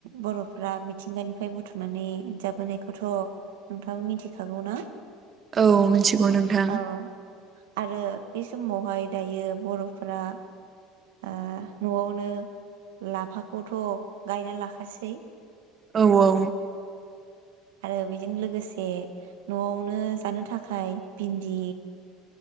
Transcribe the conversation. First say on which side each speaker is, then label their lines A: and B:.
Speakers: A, on the right; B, on the right.
A: बरफ्रा मिथिंगानिफ्राय बुथुमनानै जाबोनायखौथ नोंथाङाबो मिथिखागौ ना
B: औ मिथिगौ नोंथां
A: औ आरो बे समावहाय दायो बरफोरा ओ नआवनो लाफाखौथ गायना लाखासै
B: औ औ
A: आरो बेजों लोगोसे नआवनो जानो थाखाय भिन्दि